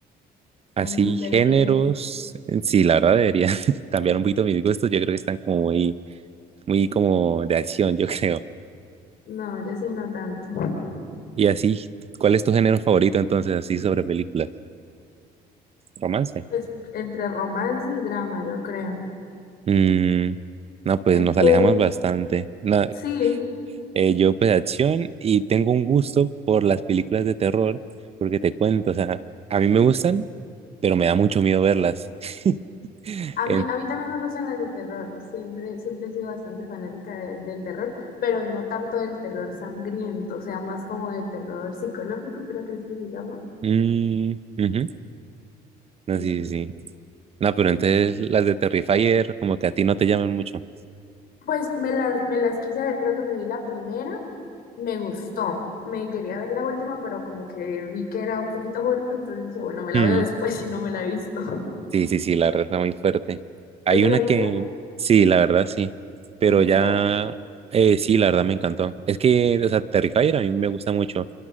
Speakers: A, on the right; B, on the left.
A: Así,
B: Ay, no deberías.
A: géneros, eh, sí, la verdad debería <laughs> cambiar un poquito mis gustos. Yo creo que están como muy muy como de acción, yo <laughs> creo.
B: No, yo sí no tanto.
A: Y así, ¿cuál es tu género favorito entonces, así sobre películas? ¿Romance?
B: Pues entre romance y drama, yo creo.
A: Mm, no, pues
B: El
A: nos
B: tuyo.
A: alejamos bastante. No,
B: Sí,
A: eh, yo pues acción y tengo un gusto por las películas de terror, porque te cuento, o sea, a mí me gustan, pero me da mucho miedo verlas. <laughs>
B: a
A: En-
B: mí, a mí también me gustan las de terror. Siempre, siempre he sido bastante fanática de- del terror, pero no tanto del terror sangriento, o sea, más como de terror psicológico, creo que este se llama.
A: mm, ujú. No,
B: Sí,
A: sí, sí, sí. No,
B: me
A: pero
B: gustan.
A: entonces las de Terrifier como que a ti no te llaman mucho.
B: Pues me las, me las quise ver, creo que me vi la primera, me gustó. Me quería ver la última, pero como que vi que era un poquito fuerte, entonces dije, bueno, me la
A: Mm.
B: veo después <laughs> si no me la he visto. <laughs>
A: Sí, sí, sí, la verdad está muy fuerte. Hay
B: ¿Tú te
A: una
B: la viste?
A: que, sí, la verdad sí, pero
B: ¿Te gustó?
A: ya, eh, sí, la verdad me encantó. Es que, o sea, Terrifier a mí me gusta mucho.